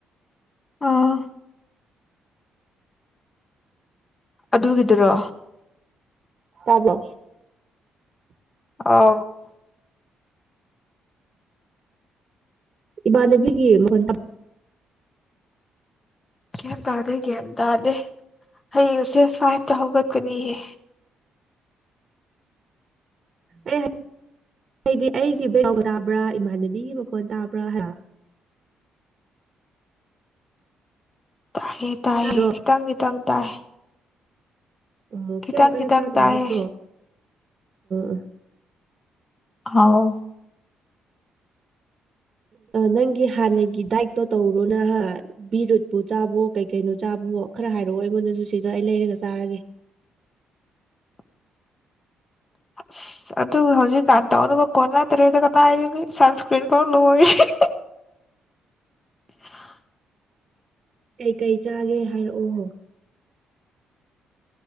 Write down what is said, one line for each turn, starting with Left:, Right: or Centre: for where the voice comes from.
Left: ꯑꯥ ꯑꯗꯨꯒꯤꯗꯨꯔꯣ
Right: ꯇꯕꯣ
Left: ꯑ
Right: ꯏꯃꯥꯟꯅꯕꯤꯒꯤ ꯃꯍꯟ
Left: ꯒ꯭ꯌꯥꯟ ꯇꯥꯗꯦ ꯒ꯭ꯌꯥꯟ ꯇꯥꯗꯦ ꯍꯌꯦꯡꯁꯦ ꯐꯥꯏꯚꯇ ꯍꯧꯒꯠꯀꯅꯤꯍꯦ
Right: ꯑꯩ ꯑꯩꯗꯤ ꯑꯩꯒꯤ ꯃꯈ ꯇꯥꯕ꯭ꯔꯥ ꯏꯃꯥꯟꯅꯕꯤꯒꯤ ꯃꯈꯣꯟ ꯇꯥꯕ꯭ꯔꯥ ꯍꯥꯏ
Left: ꯇꯥꯏꯌꯦ ꯇꯥꯏꯌꯦ
Right: ꯇꯥꯗ꯭ꯔꯣ
Left: ꯈꯤꯇꯪ ꯈꯤꯇꯪ ꯇꯥꯏ
Right: ꯑꯣ
Left: ꯈꯤꯇꯪ
Right: ꯁꯤ ꯌꯥꯝ ꯀꯟꯅ
Left: ꯈꯤꯇꯪ
Right: ꯇꯥꯗꯕ
Left: ꯇꯥꯏꯌꯦ
Right: ꯅꯠꯇ꯭ꯔꯣ ꯑ ꯑ
Left: ꯍꯥꯎ
Right: ꯅꯪꯒꯤ ꯍꯥꯟꯅꯒꯤ ꯗꯥꯏꯛꯇꯣ ꯇꯧꯔꯣ ꯅꯍ ꯕꯤꯔꯨꯠꯄꯨ ꯆꯥꯕꯣ ꯀꯩ ꯀꯩꯅꯣ ꯆꯥꯕꯣ ꯈꯔ ꯍꯥꯏꯔꯛꯑꯣ ꯑꯩꯉꯣꯟꯗꯁꯨ ꯁꯤꯗ ꯑꯩ ꯂꯩꯔꯒ ꯆꯥꯔꯒꯦ
Left: <inaudible> ꯑꯁ ꯑꯗꯨ ꯍꯧꯖꯤꯛꯀꯥꯟ ꯇꯧꯅꯕ ꯀꯣꯟꯅꯗ꯭ꯔꯦꯗ ꯀꯗꯥꯏꯗꯒꯤ ꯁꯟꯁꯀ꯭ꯔꯤꯟ ꯈꯔ ꯂꯣꯏꯔꯤ <inaudible> ꯑ
Right: ꯀꯩꯀꯩ ꯆꯥꯒꯦ ꯍꯥꯏꯔꯛꯑꯣ